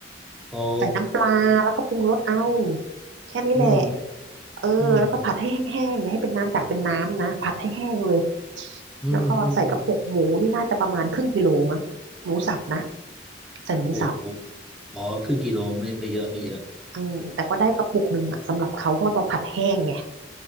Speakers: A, in the centre; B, on the right.
A: โอ้
B: ใส่น้ำปลาแล้วก็ปรุงรสเอาแค่นี้แหละ
A: อืม
B: เออแล้วก็ผัดให้แห้งๆอย่าให้เป็นน้ำจากเป็นน้ำนะผัดให้แห้งเลย
A: อืมอืมอืมอืม
B: แล้วก็ใส่กระปุกหมูนี่น่าจะประมาณครึ่งกิโลมั้งหมูสับนะใส่หมูสับ
A: โอ้โหอ๋อครึ่งกิโลไม่ไม่เยอะไม่เยอะ
B: อืมแต่ก็ได้กระปุกหนึ่งอะสำหรับเขาเพราะว่าเราผัดแห้งไง